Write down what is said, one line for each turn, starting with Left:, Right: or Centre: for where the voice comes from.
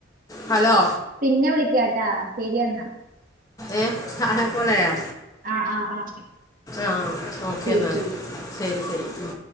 Left: ഹലോ
Right: പിന്നെ വിളിക്കാട്ടാ ശെരിയെന്നാ
Left: ഏഹ് ഹാ പോലായോ
Right: ആഹ് ആഹ് ആഹ്
Left: ആഹ് ഓക്കെ
Right: ശരി
Left: ന്നാല്
Right: ശരി
Left: ശെരി ശെരി